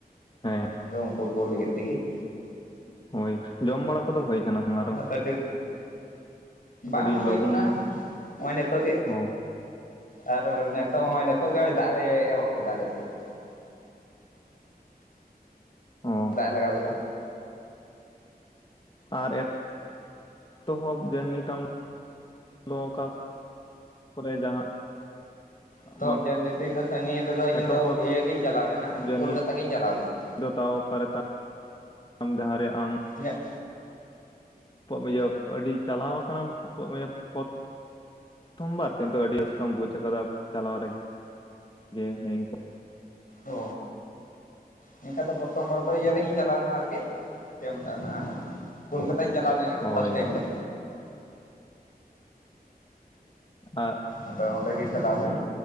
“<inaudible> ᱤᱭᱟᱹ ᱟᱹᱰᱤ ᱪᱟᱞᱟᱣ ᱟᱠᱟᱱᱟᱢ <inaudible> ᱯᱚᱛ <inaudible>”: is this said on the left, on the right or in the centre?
Left